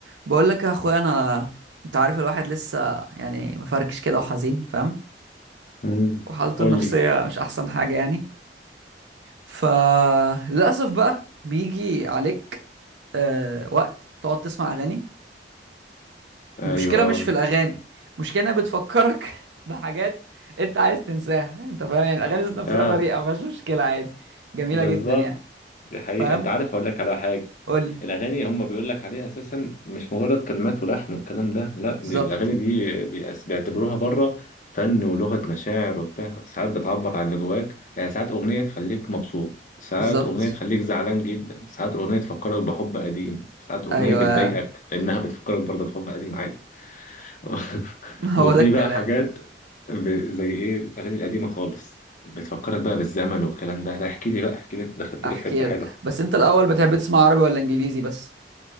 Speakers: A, on the right; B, on the left.
A: بقول لك يا اخويا انا انت عارف الواحد لسه يعني مفركش كده وحزين فاهم
B: امم
A: وحالته
B: قول
A: النفسيه
B: لي
A: مش احسن حاجه يعني فللاسف بقى بيجي عليك آه... وقت تقعد تسمع اغاني
B: ايوه
A: المشكله مش
B: آه،
A: في الاغاني المشكله انها بتفكرك <laughs> بحاجات انت عايز تنساها انت فاهم يعني الاغاني ذات نفسها
B: فعلا
A: بريئه مفيهاش مشكله عادي جميله
B: بالظبط
A: جدا يعني
B: دي حقيقة
A: فاهم
B: انت عارف اقول لك على حاجة
A: قول لي
B: الاغاني هم بيقول لك عليها اساسا مش مجرد كلمات ولحن والكلام ده لا
A: بالظبط
B: دي الاغاني دي بيأس- بيعتبروها بره فن ولغة مشاعر وبتاع ساعات بتعبر عن اللي جواك يعني ساعات اغنية تخليك مبسوط ساعات
A: بالظبط
B: اغنية تخليك زعلان جدا ساعات اغنية تفكرك بحب قديم ساعات اغنية
A: ايوه
B: بتضايقك لانها بتفكرك برضه بحب قديم عادي <laughs>
A: <laughs> هو
B: وفي
A: ده الكلام
B: بقى حاجات ب- زي ايه الاغاني القديمه خالص بتفكرك بقى بالزمن والكلام ده لا احكي لي بقى احكي لي انت دخلت
A: احكي
B: لي في حته حلوه
A: لك بس انت الاول بتحب تسمع عربي ولا انجليزي بس